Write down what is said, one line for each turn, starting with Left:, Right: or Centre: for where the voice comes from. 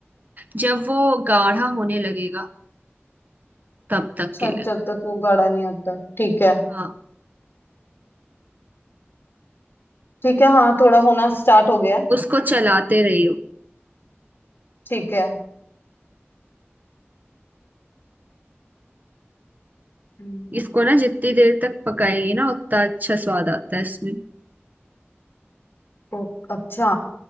Right: जब वो गाढ़ा होने लगेगा तब तक
Left: अच्छा
Right: के लिए
Left: जब तक वो गाढ़ा नहीं होता ठीक है
Right: हाँ
Left: ठीक है हाँ थोड़ा
Right: उस,
Left: होना स्टार्ट हो गया है
Right: उसको चलाते रहियो
Left: ठीक है हम्म,
Right: इसको ना जितनी देर तक पकाएंगे ना उतना अच्छा स्वाद आता है इसमें
Left: ओ, अच्छा